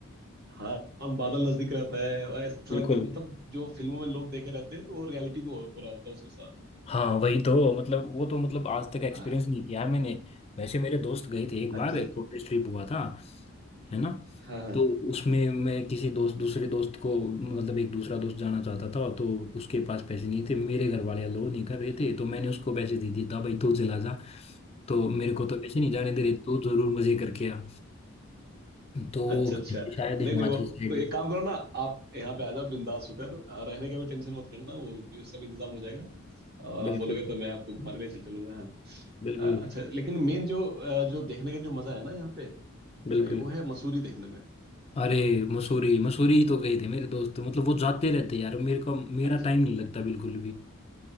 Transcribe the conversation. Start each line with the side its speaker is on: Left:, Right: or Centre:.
Right: हाँ हाँ, बादल नजदीक रहता है और ऐसा
Left: बिल्कुल
Right: लगता है कि मतलब जो फिल्मों में लोग देखे रहते हैं वो रियलिटी में हो, हो रहा होता है उसके साथ
Left: हाँ वही तो मतलब वो तो मतलब आज तक एक्सपीरियंस
Right: हाँ
Left: नहीं किया है मैंने वैसे मेरे दोस्त गए थे एक
Right: अच्छा
Left: बार एक कॉलेज ट्रिप हुआ था है ना
Right: हाँ हाँ
Left: तो उसमें मैं किसी दोस्त दूसरे दोस्त को मतलब एक दूसरा दोस्त जाना चाहता था तो उसके पास पैसे नहीं थे मेरे घर वाले अलो नहीं कर रहे थे तो मैंने उसको पैसे दे दिए था भाई तू चला जा तो मेरे को तो वैसे नहीं जाने दे रहे तू जरूर मजे करके आ तो वो
Right: अच्छा अच्छा
Left: गए थे शायद हिमाचल
Right: नहीं नहीं वो
Left: साइड
Right: तो एक काम करो ना आप यहाँ पे आ जाओ बिंदास होकर आ, रहने का भी टेंशन मत करना वो भी उसका भी इंतजाम हो जाएगा और आप
Left: बिल्कुल
Right: बोलोगे तो मैं आपको घुमाने ले चल चलूंगा हाँ
Left: बिल्कुल
Right: आ, अच्छा लेकिन मेन जो आ, जो देखने का जो मजा है ना यहाँ पे
Left: बिल्कुल
Right: भाई वो है मसूरी देखने में
Left: अरे मसूरी मसूरी ही तो गए थे मेरे दोस्त मतलब वो जाते रहते यार मेरे को मेरा
Right: अच्छा
Left: टाइम नहीं लगता बिल्कुल भी